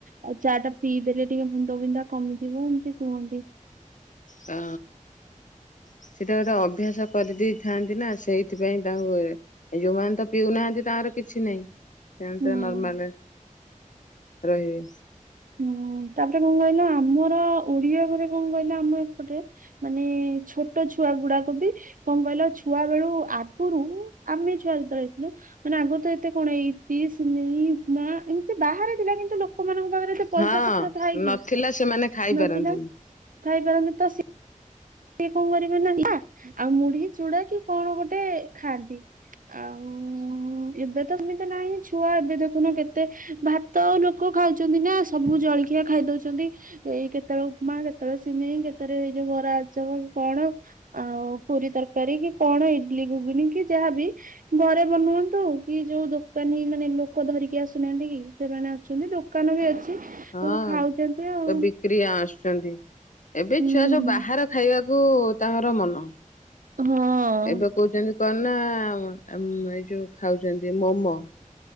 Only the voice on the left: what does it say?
ହଁ ସେଟା ଗୋଟେ ଅଭ୍ୟାସ କରିଦେଇଥାନ୍ତି ନା ସେଇଥିପାଇଁ ତାଙ୍କୁ ଯୋଉମାନେ ତ ପିଉନାହାନ୍ତି ତାଙ୍କର କିଛି ନାହିଁ। ଏମିତି
ନର୍ମାଲ ରହିବେ।
ହଁ
ନଥିଲା ସେମାନେ ଖାଇପାରନ୍ତିନି।
ହଁ
ତ ବିକ୍ରି ଆସୁଛନ୍ତି ଏବେ
ଛୁଆ
ସବୁ ବାହାର ଖାଇବା କୁ ତାଙ୍କର ମନ।
ଏବେ କହୁଛନ୍ତି କଣ ନା ଏ ଯୋଉ ଖାଉଛନ୍ତି ମୋମୋ